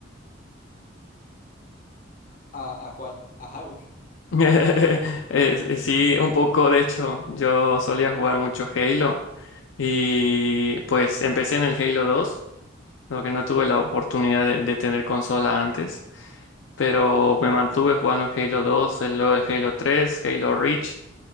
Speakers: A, on the left; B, on the left.
A: a, a cuál, a Halo. <laughs>
B: <laughs> Es- es- sí, un poco, de hecho, yo solía jugar mucho Halo y pues empecé en el Halo 2, lo que no tuve la oportunidad de, de tener consola antes, pero me mantuve jugando Halo 2, el- luego el Halo 3, Halo Reach.